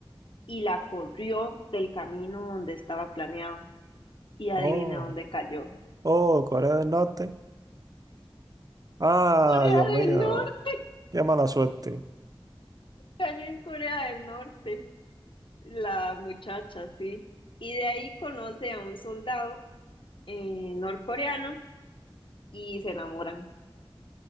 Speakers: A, on the left (about 65°); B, on the right (about 40°).
A: y la corrió del camino donde estaba planeado. Y adivine
B: Oh,
A: dónde cayó.
B: oh, Corea del Norte. Ah,
A: Corea
B: Dios
A: del
B: mío.
A: Norte,
B: Qué mala suerte.
A: cayó en Corea del Norte, la muchacha, sí. Y de ahí conoce a un soldado eh, norcoreano y se enamoran.